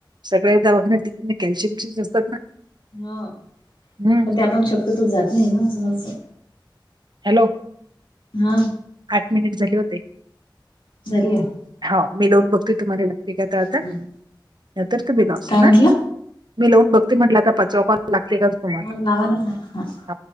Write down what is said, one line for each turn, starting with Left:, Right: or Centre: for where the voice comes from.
Right: सगळ्या दवाखान्यात त कॅल्शियम असतात ना
Left: हा
Right: हम्म
Left: पण ते आपण शक्यतोच जात नाही ना असं माला
Right: हॅलो
Left: हा.
Right: आठ मिनिट झाले होते.
Left: <unintelligible>
Right: हो मी लोन बघतोय तुम्हाला लागते का
Left: हम्म
Right: त न तर त मी लव
Left: काय म्हटलं?
Right: ना मी लावून बघती म्हटलं का पाचवा लागते का? तुम्हाला
Left: हा नावन <unintelligible>
Right: हा